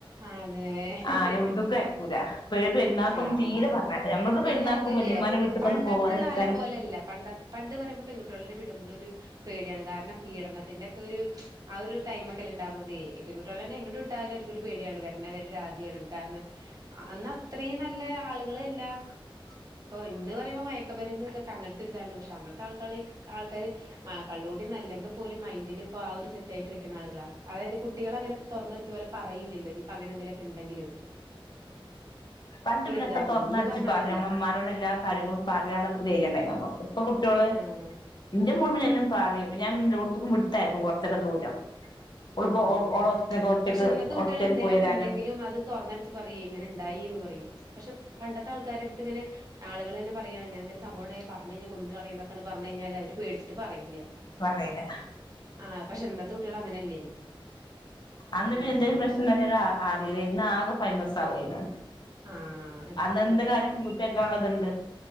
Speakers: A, on the right; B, on the left.
A: ആ അതെ
B: ആ എവിട്കുംഅയക്കൂല പെരുന്നാക്കും
A: ആഹ്
B: തീരെ
A: ആഹ്
B: പറഞ്ഞയക്കൂല ഞമ്മക്ക്
A: പിന്നെ
B: പെരുന്നാക്ക്
A: അതുല്ലേ
B: വല്യിമ്മാന്റെ വീട്ട്ക്കൊന്ന്
A: പണ്ടത്തെ
B: പോവാന്ന്
A: കാലം
B: വെച്ചാൽ
A: പോലെയല്ല പണ്ട പണ്ട് പറയുമ്പോ പെൺകുട്ടികളെ വിടുമ്പോളൊരു പേടിയാണ് കാരണം പീഡനത്തിന്റെക്കെ ഒരു ആ ഒരുടൈം ഒക്കെണ്ടാർന്നതൈ പെൺകുട്ട്യോളെ തന്നെ എങ്ങണ്ട് വിട് യാലും അവർക്കൊരുപേടിയാണ് വരുന്നവരെആദ്യാണ് കാരണം ആ അത്രയും നല്ല ല്ല ആളുകളെല്ല ഇപ്പൊ ഇന്ന് പറയുമ്പോ മയക്ക്മരുന്ന് തൊക്കെ അങ്ങനത്തൊരിതാണ് പക്ഷെ അന്നത്തെ ആൾക്കളി ആൾകാര് കള്ളുകുടിന്നല്ലെങ്കിപോലും മൈൻഡില്താ ഒരു സെറ്റ് ആയിട്ട് വെക്കുന്ന ആളുകളാ അതായത് കുട്ടികൾ അങ്ങനെ തുറന്നെടിച് പോലെ പറയില്ലല്ലോ ഇഞ്ഞ്പ്പൊങ്ങനെന്തെലൊക്കെ ണ്ടെങ്കിലും
B: പണ്ട് പിന്നൊക്കെ
A: ഒരുതാർന്നു
B: തൊറന്നടിച്ച്
A: ഇന്ന് പറഞ്ഞ
B: പറയ
A: അങ്ങനെയല്ല
B: ഞമ്മളമ്മാരോട് എല്ലാ കാര്യങ്ങളും പറയാള്ള ധൈര്യണ്ടേന്നമ്മക്ക് പ്പ കുട്ടിയോള്
A: ആഹ്
B: ന്റെ മോള് പിന്നെല്ലം പറയം ഞാൻ ല്ലോട്ത്ത്ക്കും വിട്ടയക്കും കൊറച്ചൊക്കെ ദൂരം ഓളിപ്പോ
A: ഊം
B: ഓളെ ഹോസ്റ്റലിലൊക്കെ ഒറ്റക്ക്
A: പക്ഷെ ഇന്നത്തെ കുട്ടികള്
B: ഹോസ്റ്റലിൽ
A: എന്തെലൊക്കെ
B: പോയിടാനും
A: ണ്ടെങ്കിലും അത് തൊറന്നടി ച്ച് പറയെ ങ്ങനെ ണ്ടായിന്ന് പറയും പക്ഷെ പണ്ടത്തെ ആൾക്കാരെടുത്ത് ഇങ്ങനെ ആളുകളെന്നെ പറയാണ് ങ്ങനെന്തെലും സംഭവം ണ്ടായ പറഞ്ഞ് കയിഞ്ഞാ കൊന്ന് കളയുന്നൊക്കണ്ട് പറഞ്ഞു കഴിഞ്ഞാല് അവര് പേടിച്ചിട്ട് പറയില്ല
B: പറയല്
A: ആ പക്ഷെ ന്നത്തെ കുട്ടിയാള് അങ്ങനെയല്ലേ
B: അന്ന് പിന്നെ
A: അങ്ങനെ
B: എന്തെങ്കിലും പ്രശ്നം ണ്ടായി <unintelligible> അറിയില്ല ഇന്ന് ആകെ ഫൈമസാവാ <unintelligible> ണ്
A: ആഹ്
B: അന്നെന്ത് കാര്യോം പൂത്തിയെക്കാള്ളത്ണ്ട്